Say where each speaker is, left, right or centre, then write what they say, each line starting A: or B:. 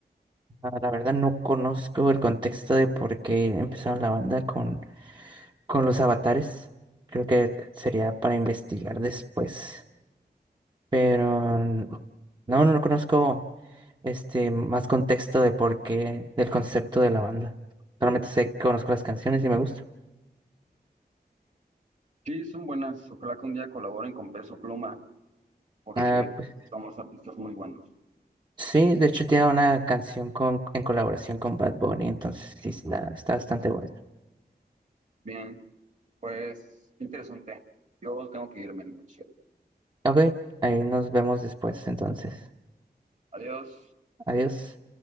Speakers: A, on the right; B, on the right.
A: Ah, La verdad no conozco el contexto de por qué empezaron la banda con Con los avatares, creo que sería para investigar después. Pero n- no, no conozco este más contexto de por qué, del concepto de la banda. Solamente sé que conozco las canciones y me gusta.
B: Sí, son buenas. Ojalá que un día colaboren con Peso Pluma. porque
A: Ah, pues
B: somos artistas muy buenos.
A: sí, de hecho tiene una canción con, en colaboración con Bad Bunny, entonces sí está, está bastante buena.
B: Bien, pues qué interesante. Yo tengo que irme, mucho.
A: Ok, ahí nos vemos después entonces.
B: Adiós.
A: Adiós.